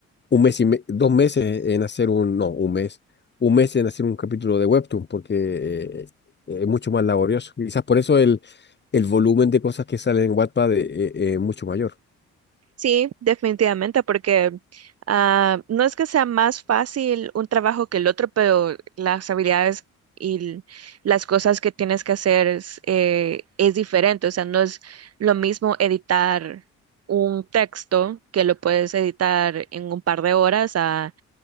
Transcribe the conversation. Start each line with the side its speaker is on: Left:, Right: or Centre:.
Left: un mes y me- dos meses en hacer un, no, un mes, un mes en hacer un capítulo de webtoon porque eh, es mucho más laborioso. Quizás por eso el, el volumen de cosas que salen en Wattpad es es- es mucho mayor.
Right: Sí, definitivamente, porque ah, no es que sea más fácil un trabajo que el otro, pero las habilidades y l- las cosas que tienes que hacer es, eh, es diferente. O sea, no es lo mismo editar un texto que lo puedes editar en un par de horas a, a